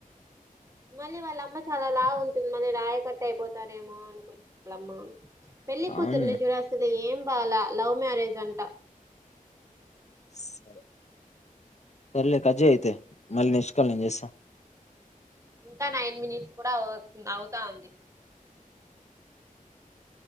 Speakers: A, on the right; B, on the left.
A: పంది వాళ్ళ అమ్మ చాలా లావు ఉంటుందని రాయకట్టయిపోతారేమోనని వాళ్ అమ్మ. పెళ్ళలి
B: కానీ
A: కూతురుని చూడస్తులు ఏం బాల లవ్ మ్యారేజ్ అంటా
B: సరేలె కట్ చేయి అయితే అే మళ్ళీ నెక్స్ట్ కాల్ నేను చేస్తా
A: ఇంకా నైన్ మినిట్స్ కూడా అ అవుతా ఉంది